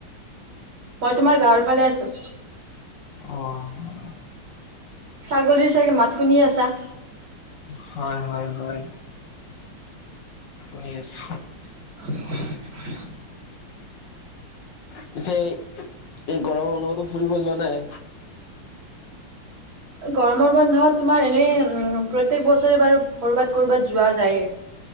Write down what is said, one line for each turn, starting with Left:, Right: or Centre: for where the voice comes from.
Right: মই তোমাৰ গাঁৱৰ ফালে আছোঁ।
Left: অ', অ'।
Right: ছাগলীৰ চাগে মাত শুনিয়ে আছা।
Left: হয় হয় হয়, শুনি আছোঁ।
Right: <inaudible>
Left: পিছে এই গৰমৰ বন্ধতো ফুৰিব যোৱা নাই।
Right: গৰমৰ বন্ধত তোমাৰ এনেই প্ৰত্যেক বছৰে বাৰু ক'ৰবাত ক'ৰবাত যোৱা যায়েই।